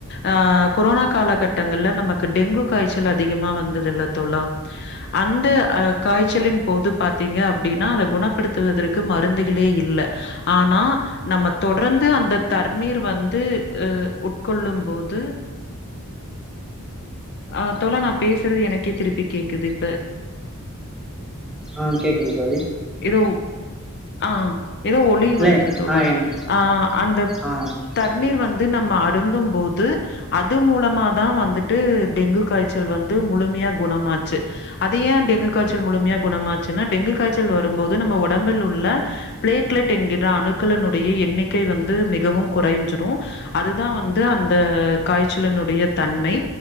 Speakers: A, on the left; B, in the centre.
A: ஆ கொரோனா காலகட்டங்கள்ல நமக்கு டெங்கு காய்ச்சல் அதிகமா வந்ததுல்ல தோழா அந்த அ காய்ச்சலின் போது பாத்தீங்க அப்டின்னா அத குணப்படுத்துவதற்கு மருந்துகளே இல்ல ஆனா நம்ம தொடர்ந்து அந்த தர்ணீர் வந்து அ உட்கொள்ளும் போது அ தோழா நா பேசுறது எனக் கே திருப்பி கேக்குதிப்ப
B: ஆ கேக்குது தோழி
A: ஏதோ ஆ எதோ ஒலி
B: இல்லை
A: வருது தோழா
B: ஆ என
A: ஆ அந்த
B: ஆ
A: தர்ணீர்
B: ம்
A: வந்து நம்ம அ ருந்தும் போது அது மூலமா தா வந்துட்டு டெங்கு காய்ச்சல் வந்து முழுமையா குணமாச்சு அத ஏ டெங்கு காய்ச்சல் முழுமையா குணமாச்சுன்னா டெங்கு காய்ச்சல் வரும்போது நம்ம உடம்பில் உள்ள பிளேட்லெட் என்கின்ற அணுக்களினுடைய எண்ணிக்கை வந்து மிகவு குறைஞ்சிரு அதுதா வந்து அந்த காய்ச்சலினுடைய தன்மை